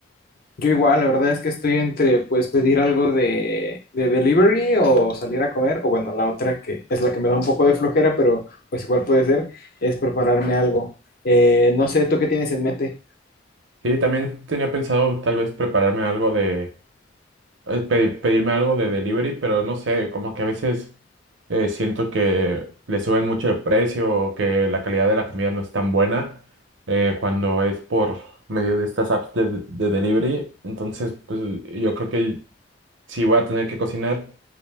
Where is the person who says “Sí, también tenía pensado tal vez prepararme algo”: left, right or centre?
Right